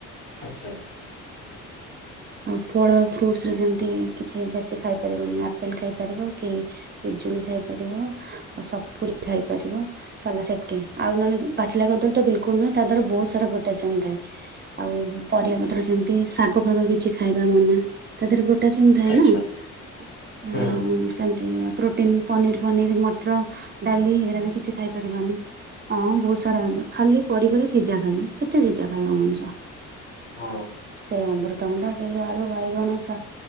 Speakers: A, on the left; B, on the right.
A: ଆଚ୍ଛା ଆଚ୍ଛା।
B: ଆଉ ଫଳ ଫ୍ରୁଟସରେ ସେମିତି କିଛି ବେଶୀ ଖାଇପାରିବନି। ଆପେଲ ଖାଇପାରିବ କି ପିଜୁଳି ଖାଇପାରିବ, ଆଉ ସପୁରୀ ଖାଇପାରିବ। <unintelligible> ଆଉ ନହେଲେ ପାଚିଲା କଦଳୀତ ବିଲକୁଲ ନୁହେଁ। ତାଦେହରେ ବହୁତ ସାରା ପୋଟାସିୟମ୍ ଥାଏ। ଆଉ ପରିବା ପତ୍ର ସେମିତି ଶାଗ ଫାଗ କିଛି ଖାଇବା ମନା ତା ଦେହରେ ପ୍ରୋଟାସିୟମ ଥାଏ
A: ଆଚ୍ଛା
B: ନା।
A: ହୁଁ
B: ଆଉ ସେମତି ପ୍ରୋଟିନ ପନିର ଫନିର, ମଟର ଡାଲି ଏରା ବି କିଛି ଖାଇ ପାରିବାନି। ହଁ ବହୁତ ସାରା ଖାଲି ପରିବାର ସିଜା ଖାଇବି। କେତେ ସିଜା ଖାଇବ ମଣିଷ?
A: ହଁ
B: ସେ ଅମୃତଭଣ୍ଡା ସେଇ ଆଳୁ ବାଇଗଣ ସା